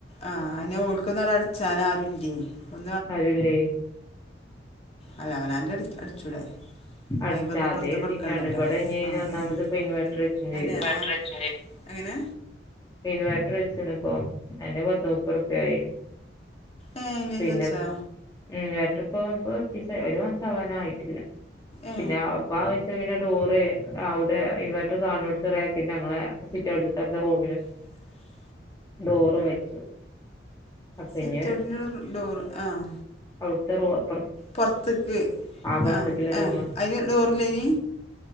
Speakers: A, on the left (about 35°); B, on the left (about 20°).
A: ആഹ് <inaudible> അടച്ചാന് ആരുല്ലേ <inaudible>
B: ആരുല്ലേ
A: അല്ല അവനന്റെ അടി അടിച്ചൂടെ
B: അടച്ച്
A: അയ്മ്പത് ഉറുപ്യ
B: അതെ
A: പുറത്ത്
B: എഴുതിയിട്ടാണ്
A: കൊടുക്കണ്ടല്ലോ
B: ഇവിടെ ഇനി <unintelligible>
A: ആ
B: ഒന്നാമത്
A: ഉം.
B: ഇപ്പം ഇൻവേർട്ടർ വെയ്ക്കുവേം
A: അന്നെ
B: ചെയ്തു
A: ആ- എങ്ങനെ
B: ഇൻവേർട്ടർ വെച്ചന്നിപ്പോ അതിന് പത്ത് മുപ്പത് റുപ്പിയ ആയി
A: ഏ ഇനി
B: പിന്നെ
A: വെച്ചാ
B: ഉം എന്നിട്ടിപ്പോ <unintelligible> ഒരു മാസം ആവാൻ ആയിട്ടില്ല
A: ഏ
B: പിന്നെ അപ്പാ വെച്ച് പിന്നെ ഡോറ് അവിടെ ഇൻവർട്ടർ കാണുന്നോടുത്ത് റാക്കിന്റെ <unintelligible> സിറ്റ് അവിടുത്തെ റൂമിലും
A: <inaudible>
B: ഡോറും വെച്ചു അ പിന്നെ
A: സിറ്റൗട്ടിൻ്റെ ഡോറ് ആഹ്
B: ഉ <unintelligible>
A: പൊറത്ത്ക്ക്
B: പുറത്തേക്കുള്ള
A: ആഹ്
B: റൂമ്
A: ആഹ് അതിന് ഡോറില്ലേനി